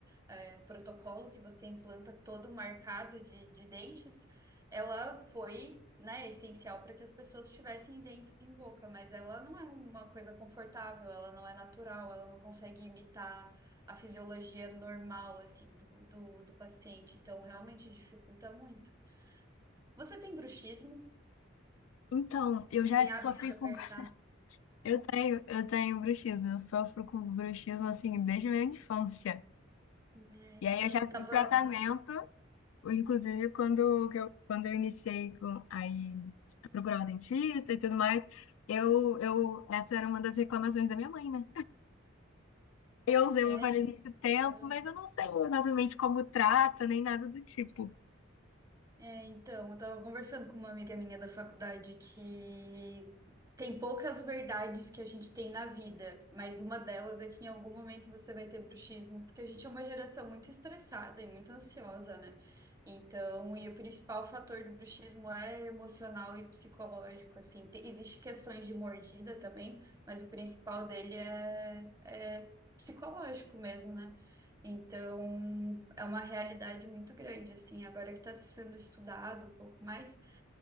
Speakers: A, on the right; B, on the left.
A: É, protocolo que você implanta todo marcado de, de dentes, ela foi, né, essencial para que as pessoas tivessem dentes em boca, mas ela não é uma coisa confortável, ela não é natural, ela não consegue imitar a fisiologia normal, assim, do, do, do paciente. Então, realmente dificulta muito. Você tem bruxismo?
B: Então, eu
A: Você
B: já
A: tem hábito
B: sofri
A: de apertar?
B: com. <laughs> Eu tenho, eu tenho bruxismo, eu sofro com bruxismo, assim, desde a minha infância.
A: É,
B: E
A: então
B: aí eu já
A: eu tava.
B: fiz tratamento. Inclusive, quando que eu, quando eu iniciei com, aí, a procurar um dentista e tudo mais, eu, eu, essa era uma das reclamações da minha mãe, né? Eu usei
A: É,
B: o aparelho muito tempo,
A: então.
B: mas eu não sei exatamente como trata, nem nada do tipo.
A: É, então, eu tava conversando com uma amiga minha da faculdade que tem poucas verdades que a gente tem na vida, mas uma delas é que em algum momento você vai ter bruxismo, porque a gente é uma geração muito estressada e muito ansiosa, né? Então, e o principal fator do bruxismo é emocional e psicológico, assim. Te- Existe questões de mordida também, mas o principal dele é, é psicológico mesmo, né? Então. É uma realidade muito grande, assim, agora que está sendo estudado um pouco mais.